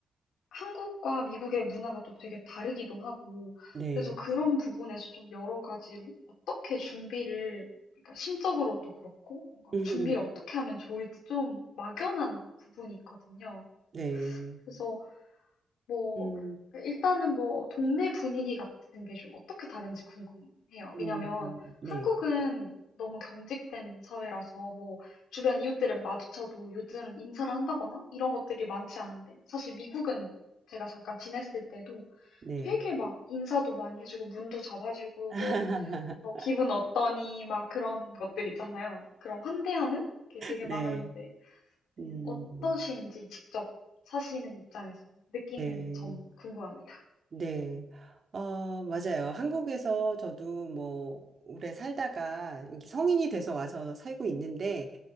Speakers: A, on the left; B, on the right.
A: 한국과 미국의 문화가 또 되게 다르기도 하고,
B: 네,
A: 그래서 그런 부분에서 좀 여러 가지로 어떻게 준비를, 그러니까 심적으로도 그렇고, 뭔가
B: <laughs>
A: 준비를 어떻게 하면 좋을지 좀 막연한 부분이 있거든요.
B: 네,
A: 그래서 뭐
B: 음,
A: 일단은 뭐 동네 분위기 같은 게 좀 어떻게 다른지 궁금해요.
B: 음,
A: 왜냐면
B: 네,
A: 한국은 너무 경직된 사회라서 뭐 주변 이웃들을 마주쳐도 요즘은 인사를 한다거나 이런 것들이 많지 않은데 사실 미국은 제가 잠깐 지냈을 때도
B: 네,
A: 되게 막 인사도 많이 해주고 문도 잡아주고
B: <laughs>
A: 뭐, 뭐 기분 어떠니 막 그런 것들 있잖아요. 그런 환대하는 게 되게
B: 네,
A: 많았는데
B: 음,
A: 네, 어떠신지 직접 사시는 입장에서 느끼는
B: 네.
A: 점 궁금합니다.
B: 네. 아, 맞아요. 한국에서 저도 뭐, 오래 살다가 여기 성인이 돼서 와서 살고 있는데,